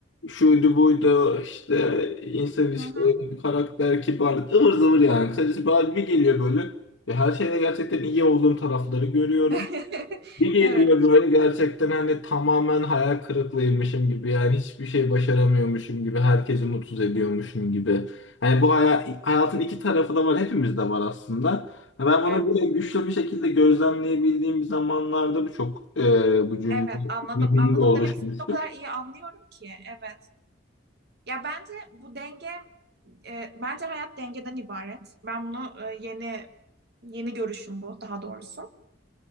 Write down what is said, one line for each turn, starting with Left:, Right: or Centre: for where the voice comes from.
Left: Şuydu buydu işte insan ilişkileri,
Right: hı hı.
Left: karakter, kibarlık ıvır zıvır yani. Kısacası bir bir geliyor böyle. Ve her şeyde gerçekten iyi olduğum tarafları görüyorum.
Right: <laughs>
Left: Bir geliyor
Right: Evet,
Left: böyle gerçekten hani tamamen hayal kırıklığıymışım gibi yani hiçbir şey başaramıyormuşum gibi herkesi mutsuz ediyormuşum gibi. Hani bu haya- hayatın iki tarafı da var hepimizde var aslında. Ha, Ben bunu
Right: evet,
Left: böyle güçlü bir şekilde gözlemleyebildiğim bir zamanlarda bu çok e, bu cümle
Right: evet anladım.
Left: zihnimde
Right: Anladım
Left: oluşmuştu.
Right: demek ki o kadar iyi anlıyorum ki. Evet. Ya bence bu denge e, bence hayat dengeden ibaret. Ben bunu e, yeni yeni görüşüm bu daha doğrusu.